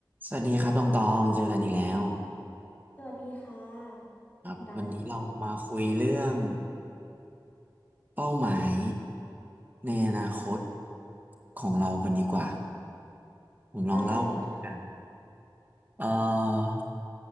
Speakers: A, on the right; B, on the left.
A: สวัสดีครับตองตองเจอกันอีกแล้ว
B: สวัสดีค่ะ
A: ครับวันนี้เรามาคุยเรื่อง
B: คุณด
A: เป้าหมายในอนาคตของเรากันดีกว่า
B: ำได้เลยค่ะ
A: ผมลองเล่ากันเอ่อ